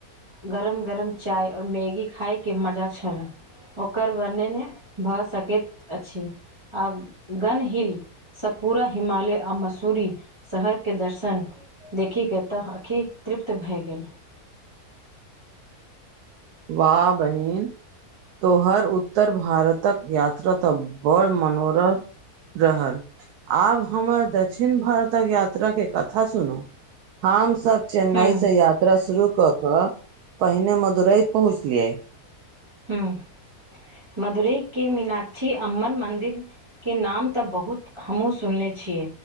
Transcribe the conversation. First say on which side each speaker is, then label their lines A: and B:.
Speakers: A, on the right; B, on the right.
A: गरम गरम चााय और मैगी खायके मजा छल ओकर वर्णने भऽ सकैत अछि आ गन हिल स पूरा हिमालय आ मसूरी शहर के दर्शन देखि के तऽ ऑंखि तृप्त भए गेल।
B: वाह बहिन। तोहर उत्तर भारतक यात्रा त बड़ मनोरम रहल आब हमर दक्षिण भारतक यात्राके कथा सुनू। हम सब चेन्नई
A: हुँ
B: से यात्रा शुरू क क पहिने मदुरई पहुँचलिये।
A: हूं मदुरै के मीनाक्षी अम्मन मन्दिर के नाम तऽ बहुत हमहुॅं सुनले छियै।